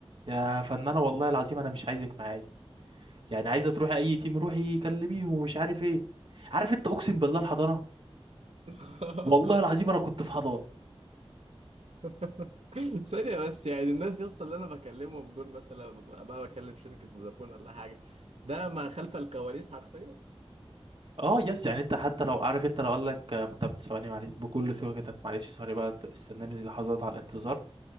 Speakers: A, on the right; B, on the right.
A: يا فنانة والله العظيم انا مش عايزك معايا يعني عايزة تروحي اي تيم روحي كلميهم ومش عارف ايه عارف انت اقسم بالله الحضانة
B: آه.
A: والله العظيم انا كنت في حضانة
B: <laughs> ثانية بس يعني الناس يا اسطى اللي انا بكلمهم دول مثلا ببقى بقى بكلم شركة فودافون ولا حاجة ده ما خلف الكواليس حرفيا
A: اه يس يعني انت حتى لو عارف انت لو قال لك آه، طب ثواني معلش بكل سوء كده معلش سوري بقى ت- استناني لحظات على الانتظار